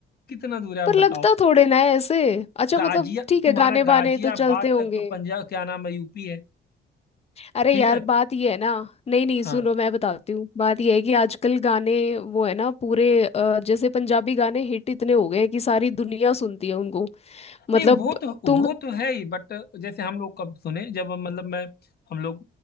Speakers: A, on the left; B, on the left.
A: कितना दूर है आप
B: पर
A: बताओ
B: लगता थोड़े ना है ऐसे अच्छा
A: गाजिया
B: मतलब ठीक
A: तुम्हारा
B: है गाने
A: गाजियाबाद
B: वाने तो चलते होंगे
A: तक तो पंजाब क्या नाम है यूपी है
B: अरे
A: ठीक
B: यार
A: है
B: बात ये है ना नहीं नहीं
A: हाँ
B: सुनो मैं बताती हूँ बात ये है कि आजकल गाने वो है ना पूरे अ, जैसे पंजाबी गाने हिट इतने हो गए हैं कि सारी दुनिया सुनती है उनको मतलब
A: नहीं वो तो वो
B: तुम
A: तो है ही बट जैसे हम लोग कब सुने जब मतलब मैं हम लोग